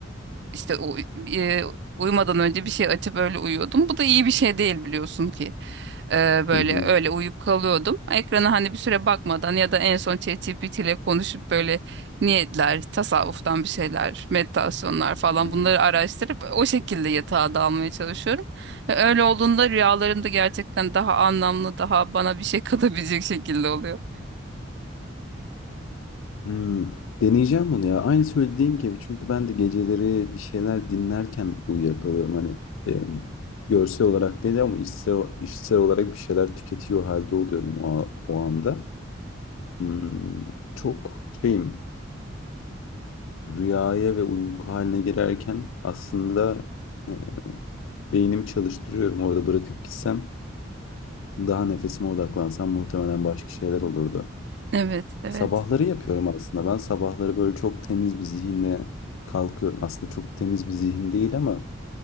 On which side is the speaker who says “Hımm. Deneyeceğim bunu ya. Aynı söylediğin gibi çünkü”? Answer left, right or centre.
Left